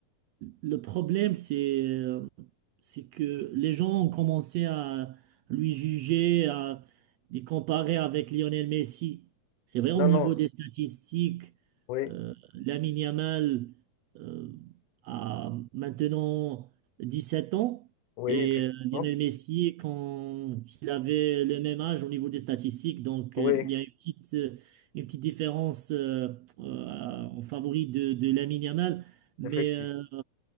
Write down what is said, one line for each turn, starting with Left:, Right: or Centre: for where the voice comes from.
Right: le problème, c'est euh, C'est que les gens ont commencé à lui juger, à les comparer avec Lionel Messi. C'est vrai, au
Left: Non,
Right: niveau
Left: non,
Right: des statistiques,
Left: oui,
Right: euh, Lamine Yamal euh, a maintenant dix sept ans
Left: oui,
Right: et
Left: effectivement.
Right: euh, Lionel Messi, quand il avait le même âge au niveau des statistiques, donc
Left: Oui,
Right: euh, il y a une petite, euh, une petite différence euh, euh, en favori de, de Lamine Yamal. Mais
Left: effectivement.
Right: euh,